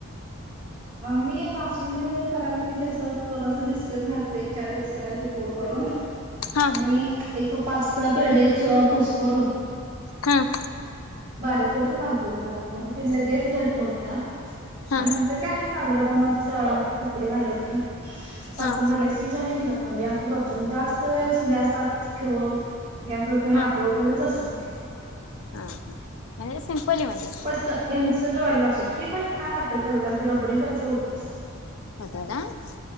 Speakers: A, on the right; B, on the left.
A: मी बासुंदी वगैरे करालो की तस जरासं बिस्कीट घालतोय एक चार बिस्किटांची फोड करून.
B: हा
A: आणि एक पाच सहा पेढे च खुसकरून.
B: ह..
A: बारीक करून घालतोय. दुधात म्हणजे, ती लगेस घट्ट होत्या. आणि
B: हा
A: नंतर काजू बदामाची तुकडे घालायची. साखर
B: हा
A: घालायची झाल की. बासुंदी आस करतोय, जास्त वेळ जास्त गॅस व गॅस ठेवत
B: हा
A: आठवत वगैरे बसत नाही.
B: हा म्हणजे सिम्पली म्हणजे.
A: पटकन <unintelligible> बासुंदी ती पण छान लागते चवीला. ती रबडी सारखी होत्या.
B: होत काय,